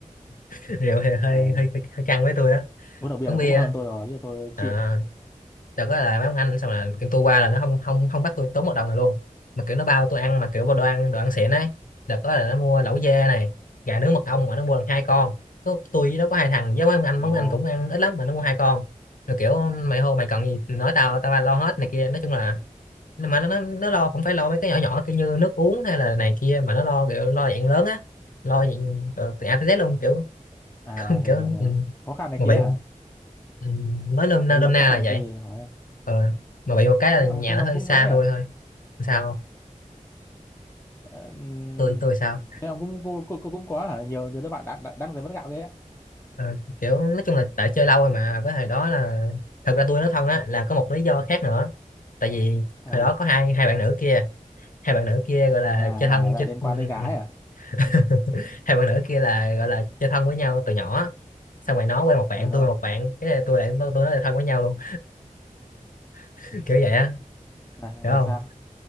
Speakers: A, on the left (about 75°); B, on the left (about 20°).
A: <laughs> rượu thì hơi
B: ờ
A: hơi hơi, hơi căng với tôi á
B: uống được bia
A: uống
B: là
A: bia
B: cũng hơn tôi rồi chứ tôi
A: à
B: chịu
A: đợt đó là mấy ông anh xong là kiểu tôi qua là nó không không không bắt tôi tốn một đồng này luôn mà kiểu nó bao tôi ăn mà kiểu vào đồ ăn đồ ăn xịn ấy đợt đó là nó mua lẩu dê này gà nướng mật ong mà nó mua được hai con có tôi với nó có hai thằng với mấy ông anh
B: ồ
A: mấy ông anh cũng ăn ít lắm mà nó mua hai con rồi kiểu mày hô mày cần gì nói tao tao lo hết này kia nói chung là nhưng mà nó nó nó lo không phải lo mấy cái nhỏ nhỏ kiểu như nước uống hay là này kia mà nó lo kiểu lo dạng lớn á lo dạng từ A tới Z luôn kiểu <laughs>
B: À hiểu
A: kiểu
B: hiểu hiểu.
A: ừ.
B: Khó khăn này
A: mà
B: kia
A: bị
B: hả?
A: Ừ, nói nôm na
B: Hình như
A: nôm
B: gặp
A: na
B: khó khăn
A: là
B: này
A: vậy
B: kia thì hỏi em.
A: ờ, mà bị một cái là
B: thế ông
A: nhà
B: thế
A: nó
B: ông
A: hơi
B: cũng
A: xa
B: mấy à?
A: tôi thôi sao không?
B: Ờ, ừm,
A: tôi tôi sao
B: thế ông cũng cũng cũng, cũng cũng có hả? Nhiều nhiều đứa bạn đã đã đang giải mất gạo ghê á.
A: ờ, kiểu nói chung là tại chơi lâu rồi mà với hồi đó là thật ra tôi nói thân á là có một lý do khác nữa tại vì
B: Ờ.
A: hồi đó có hai hai bạn nữ kia hai bạn nữ kia gọi
B: À
A: là chơi
B: à
A: thân
B: là
A: chơi
B: liên quan tới gái à?
A: <laughs> hai bạn nữ kia là gọi là chơi thân với nhau từ nhỏ xong rồi nó quen một bạn
B: Ờ
A: tôi
B: không.
A: quen một bạn cái này tôi lại tôi, tôi nói là thân với nhau luôn <laughs> kiểu vậy á
B: Là là
A: hiểu không
B: sao?